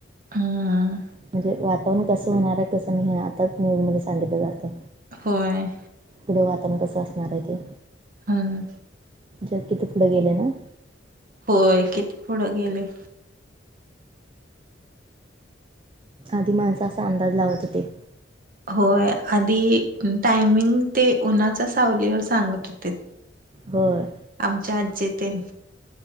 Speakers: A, on the right; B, on the right.
A: हम्म
B: म्हणजे वाता वरण कसं होणार आहे कसं नाही, हे आताच न्यूज मध्ये सांगितलं जातं.
A: होय.
B: पुढ वातावरण कसं असणार आहे ते.
A: हम्म.
B: जग किती पुढे गेलय ना?
A: होय, किती पुढं गेलय.
B: आधी माणसं असा अंदाज लावत होते.
A: होय, आधी टायमिंग ते उन्हाच्या सावलीवर सांगत होतीत.
B: होय.
A: आमच्या आज्जी तेण